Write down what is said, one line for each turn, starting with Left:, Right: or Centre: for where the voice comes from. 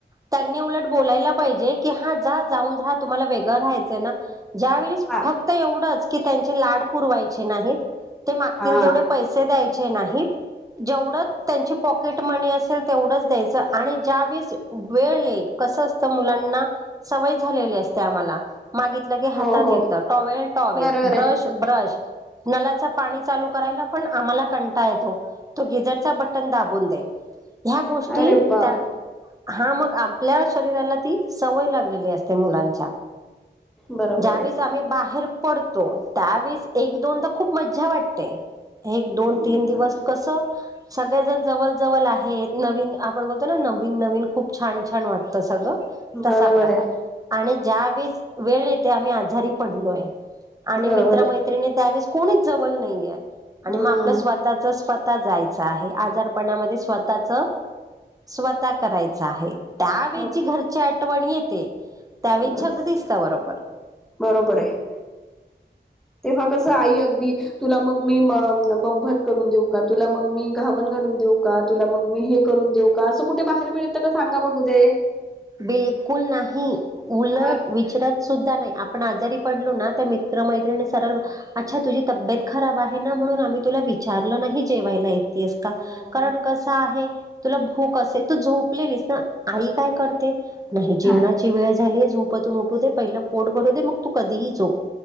Right: त्यांनी उलट बोलायला पाहिजे की हा जा जाऊन राहा तुम्हाला वेगळं रहायचंय ना ज्यावेळीस
Centre: हा
Right: फक्त एवढंच की त्यांचे लाड पुरवायचे नाहीत. ते मागतील
Centre: हा
Right: तेवढे पैसे द्यायचे नाहीत जेवढं त्यांची पॉकेट म्हणे असेल तेवढंच द्यायचं आणि ज्या वेळेस वेळ येईल कसं असतं मुलांना स सवय झालेली असते आम्हाला. मागितलं की हातात
Centre: हो हो
Right: येत टॉवेल टॉवेल
Centre: बरोबर
Right: ब्रश
Centre: आहे.
Right: ब्रश नलाच नळाला पाणी चालू करायचा पण आम्हाला कंटाळा येतो तो गिझरचा दाबून दे ह्या गोष्टी
Centre: अरे बापरे
Right: त्या हा मग आपल्या शरीराला ती सवय लागलेली असते मुलां च्या
Centre: बरोबर
Right: ज्यावेळेस
Centre: आहे
Right: आम्ही बाहेर पडतो त्यावेेळेस एक दोनदा खूप मज्जा वाटते. एक दोन
Centre: हम्म
Right: तीन दिवस कसं सगळेजण जवळ जवळ आहेत नवीन आपण बोलतो ना नवीन नवीन खूप छान छान वाटतं सगळं तसा
Centre: बरोबर
Right: प्रकार
Centre: आहे.
Right: आणि ज्या वेस वेळ येते आम्ही आजारी पडलोय आणि
Centre: बरोबर
Right: मित्रमैत्रिणी
Centre: आहे
Right: त्यावेळेस कोणीच जवळ नाहीये आणि
Centre: हम्म
Right: मग आपलं स्वतःच स्वतः जायचं आहे आजारपणामध्ये स्वतःच स्वतः करायचं आहे. त्यावेळी
Centre: हो
Right: जी घरची आठवण येते त्यावेस
Centre: बस
Right: जग दिसत बरोबर
Centre: बरोबर आहे. तेव्हा कसं आई अगदी तुला मग मी माऊ भात करून देऊ का तुला मग मी घावन घालून देऊ का तुला मग मी हे करून देऊ का असं कुठे बाहेर मिळत का सांगा बघू ते
Right: बिलकुल नाही उलट
Centre: हा
Right: विचरत सुद्धा नाही आपण आजारी पडलो ना त्या मित्र मैत्रिणी सर अच्छा तुझी तब्येतत खराब आहे ना म्हणून आम्ही तुला विचारलं नाही जेवायला ये तेस का
Centre: हो
Right: कारण कसे आहे तुला भूक तू झोपलेलीस आई काय करते नाही जेवणाची
Centre: हा
Right: वेळ झाली झोपातून उठू दे पहिलं पोट भरू दे मग तू कधीही झोप